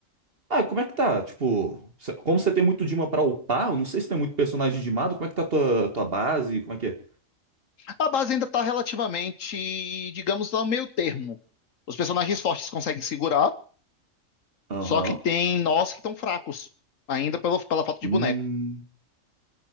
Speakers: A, on the right (about 45°); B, on the left (about 80°).
A: Ah, como é que tá? Tipo, cê- como você tem muito Dima pra upar, eu não sei se tem muito personagem dimado, como é que tá tua, tua base? Como é que é?
B: A base ainda tá relativamente, digamos, no meio termo. Os personagens fortes conseguem segurar.
A: Aham.
B: Só que tem nós que estão fracos, ainda pelo, pela falta de
A: Hum.
B: boneco.